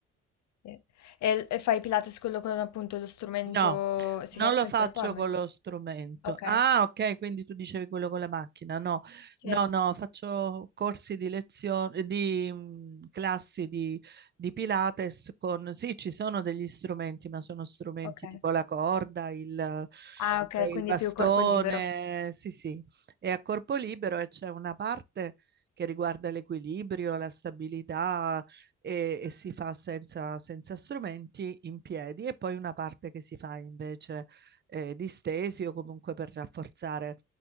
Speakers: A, on the left; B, on the right.
A: sì. E, e fai Pilates quello con appunto lo strumento,
B: No,
A: si
B: non
A: chiama
B: lo
A: penso
B: faccio
A: reformer?
B: con lo strumento.
A: Ok,
B: Ah, ok, quindi tu dicevi quello con la macchina. No,
A: sì,
B: no, no, faccio corsi di lezione, di mm, classi di, di Pilates con... Sì, ci sono degli strumenti, ma sono strumenti
A: ok.
B: tipo la corda, il,
A: Ah ok,
B: eh,
A: quindi
B: il bastone,
A: più corpo libero.
B: sì, sì. È a corpo libero e c'è una parte che riguarda l'equilibrio, la stabilità, e, e si fa senza, senza strumenti in piedi e poi una parte che si fa invece eh, distesi o comunque per rafforzare